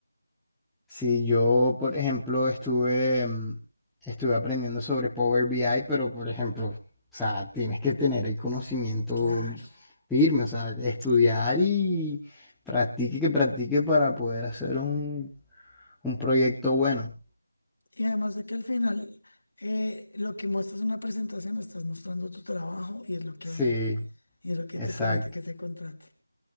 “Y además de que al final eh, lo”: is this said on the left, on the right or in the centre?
Left